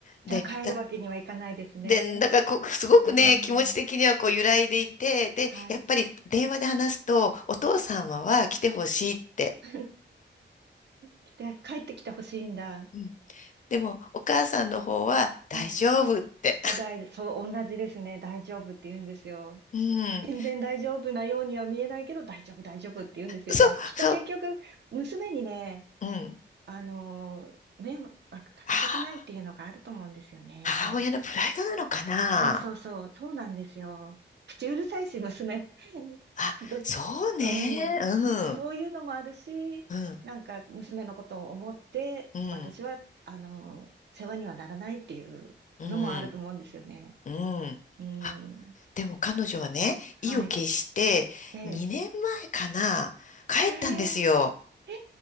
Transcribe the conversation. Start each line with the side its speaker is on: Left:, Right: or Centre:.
Right: じゃあ帰るわけにはいかないですね。
Left: で、たで、だからこう、すごくね、
Right: うーん、
Left: 気持ち的にはこう揺らいでいて、で、
Right: はい。
Left: やっぱり電話で話すと、お父様は来てほしいって。
Right: うん <laughs> 来て、帰ってきてほしいんだ。
Left: うん。でも、お母さんの方は大丈夫って。
Right: はい。だ、大そう、同じですね。大丈夫って言うんですよ。
Left: うん。
Right: 全然大丈夫なようには見えないけど、大丈夫、大丈夫って言うんですよね。
Left: そう、
Right: きっと結局、
Left: そう、
Right: 娘にね、
Left: うん。
Right: あのー、迷惑かけたくないっていうのがあると思うんですよね。
Left: あー母親のプライドなのかな。
Right: そうそうそう、そうなんですよ。口うるさいし、娘。<laughs>
Left: あ、
Right: ど、
Left: そうね。
Right: うん、
Left: うん、
Right: そそういうのもあるし、
Left: うん、
Right: なんか娘のことを思って、
Left: うん、
Right: 私は、あの、世話にはならないっていうのもあると思うんですよね。
Left: うん、うん。
Right: うん、
Left: あ、でも彼女はね、
Right: はい。
Left: 意を決して2年前かな、
Right: で、
Left: 帰ったんですよ。
Right: えー、えー、